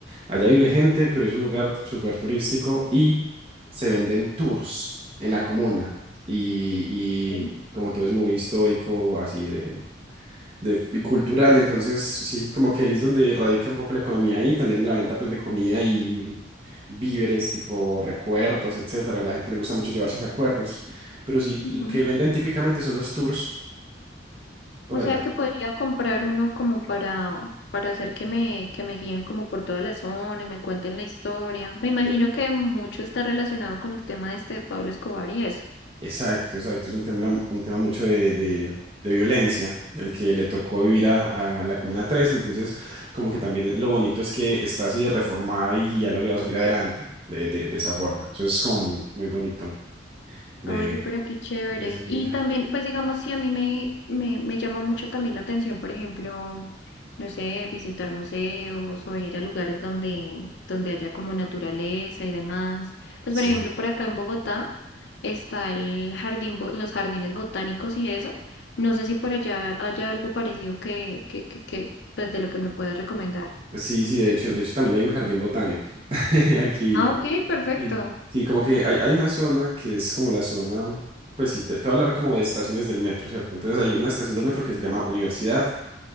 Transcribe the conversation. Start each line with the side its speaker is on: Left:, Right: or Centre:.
Right: allá vive gente, pero es un lugar súper turístico y se venden tours en la comuna. Y,
Left: Sí.
Right: y como todo es muy histórico, así de, de- y cultural. Entonces, sí, como que ahí es donde radica un poco la economía y también en la venta pues de comida y víveres, tipo recuerdos, etcétera. A la gente le gusta mucho llevarse recuerdos. Pero sí,
Left: Ujú.
Right: lo que venden típicamente son los tours por
Left: O
Right: allá.
Left: sea que podría comprar uno como para, para hacer que me, que me guíen como por toda la zona y me cuenten la historia. Me imagino
Right: E-
Left: que mucho está relacionado con el tema de este de Pablo Escobar y eso.
Right: Exacto, exacto. Es un tema, un tema mucho de, de- de violencia, el que le tocó vivir a, a la Comuna tres Entonces, como que también lo bonito es que está así de reformada y ha logrado salir adelante de, de- de esa forma. Eso es como muy, muy bonito de,
Left: Oye, pero qué chévere.
Right: de subir.
Left: Y también, pues digamos, si a mí me, me, me llama mucho también la atención, por ejemplo, no sé, visitar museos o ir a lugares donde, donde haya como naturaleza y demás. Pues
Right: Sí.
Left: por ejemplo, por acá en Bogotá está el jardín, bo- los jardines botánicos y eso. No sé si por allá haya algo parecido que, que, que, que, pues de lo que me puedes recomendar.
Right: Sí, sí, de hecho, de hecho también hay un jardín botánico. <laughs> Aquí,
Left: Ah, ok, perfecto.
Right: sí, sí, como que hay, hay una zona que es como la zona, pues sí, te, te voy a hablar como de estaciones del metro, ¿cierto? Entonces hay una estación del metro que se llama Universidad